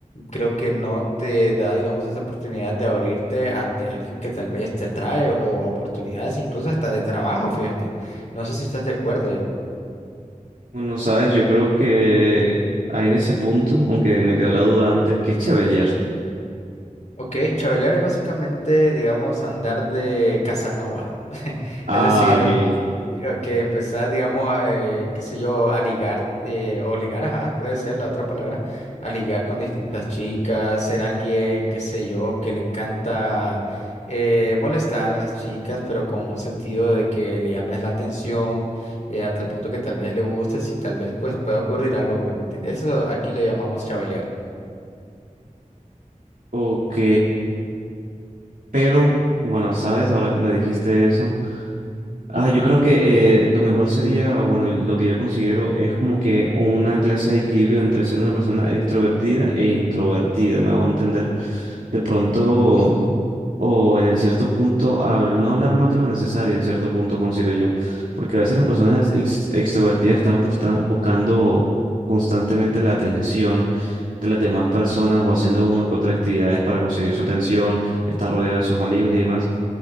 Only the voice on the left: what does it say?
creo que no te da, digamos, esa oportunidad de abrirte ante alguien que tal vez te atrae o a oportunidades incluso hasta de trabajo, fíjate. No sé si estás de acuerdo ahí.
Ok, chavalear es básicamente, digamos, andar de Casanova.
Es decir,
eh, que empezar, digamos, eh, qué sé yo, a ligar, eh, o ligar, ajá, puede ser la otra palabra, a ligar con distintas chicas, ser alguien, qué sé yo, que le encanta eh, molestar a las chicas, pero con un sentido de que le llames la atención, eh, a tal punto que tal vez le gustes y tal vez pues pueda ocurrir algo, pues, ¿me entiendes? Eso aquí le llamamos chabelear.
Ujú,
ujú,